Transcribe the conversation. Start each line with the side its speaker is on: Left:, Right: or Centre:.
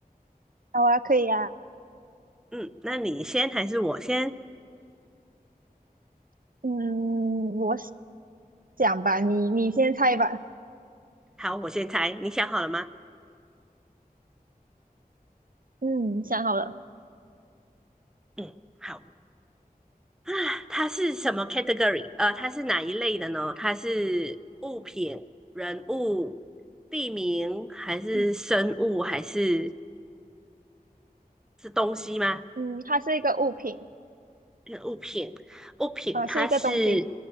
Right: 好啊，可以啊。
Centre: 嗯，那你先还是我先？
Right: 嗯，我想吧，你你先猜吧。
Centre: 好，我先猜。你想好了吗？
Right: 嗯，想好了。
Centre: 嗯，好。啊，它是什么 category？呃，它是哪一类的呢？它是物品、人物、地名，还是生物，
Right: 嗯
Centre: 还是是东西吗？
Right: 嗯，它是一个物品，
Centre: <coughs> 那个物品，物品它是，
Right: 啊、是一个东西。